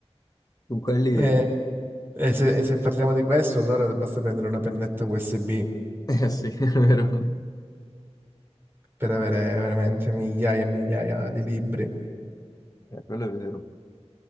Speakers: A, on the left; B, on the right.
A: Su quelli...
B: eh, e se, e se parliamo di questo, allora basta prendere una pennetta USB
A: Eh sì, <laughs> è vero.
B: per avere veramente migliaia e migliaia di libri.
A: Eh, quello è vero.